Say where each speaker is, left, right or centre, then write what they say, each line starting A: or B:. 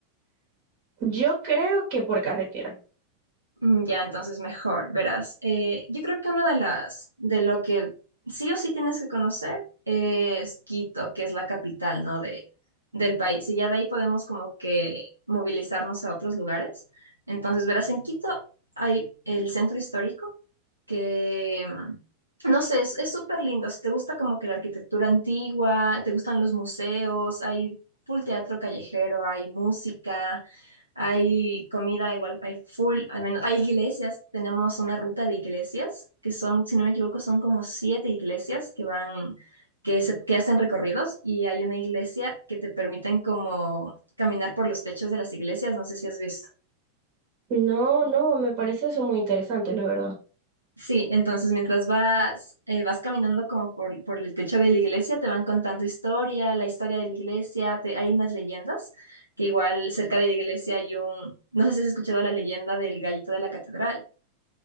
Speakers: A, on the right; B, on the right.
A: Yo creo que por carretera.
B: Mm, Ya, entonces mejor, verás. Eh, yo creo que una de las, de lo que sí o sí tienes que conocer es Quito, que es la capital, ¿no? De, del país. Y ya de ahí podemos como que movilizarnos a otros lugares. Entonces, verás, en Quito hay el centro histórico que, mm, no sé, es, es súper lindo. Si te gusta como que la arquitectura antigua, te gustan los museos, hay full teatro callejero, hay música, hay comida, igual hay full, al menos hay iglesias. Tenemos una ruta de iglesias, que son, si no me equivoco, son como siete iglesias que van, que se, que hacen recorridos y hay una iglesia que te permiten como caminar por los techos de las iglesias, no sé si has visto.
A: No, no, me parece eso muy interesante, la verdad.
B: Sí, entonces mientras vas, eh, vas caminando como por, por el techo de la iglesia, te van contando historia, la historia de la iglesia, te- hay unas leyendas, que igual cerca de la iglesia hay un, no sé si has escuchado la leyenda del gallito de la catedral.